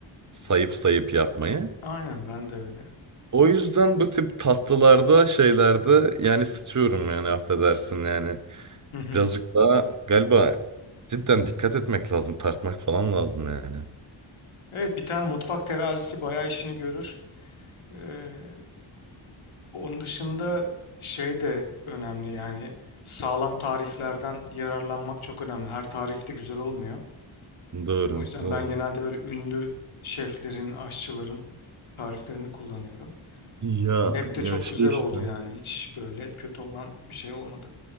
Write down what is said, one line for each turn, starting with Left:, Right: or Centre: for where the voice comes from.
Right: sayıp sayıp yapmayı.
Left: Aynen ben de öyle.
Right: O yüzden bu tip tatlılarda, şeylerde yani sıçıyorum yani affedersin yani.
Left: Hı hı.
Right: Birazcık daha galiba cidden dikkat etmek lazım. Tartmak falan lazım yani.
Left: Evet bir tane mutfak terazisi bayağı işini görür. Ee, onun dışında şey de önemli yani sağlam tariflerden yararlanmak çok önemli. Her tarif de güzel olmuyor.
Right: Doğru,
Left: O yüzden
Right: doğru.
Left: ben genelde böyle ünlü şeflerin, aşçıların tariflerini kullanıyorum.
Right: Ya,
Left: Hep de
Right: ya
Left: çok
Right: şey
Left: güzel
Right: işte.
Left: oldu yani hiç böyle kötü olan bir şey olmadı.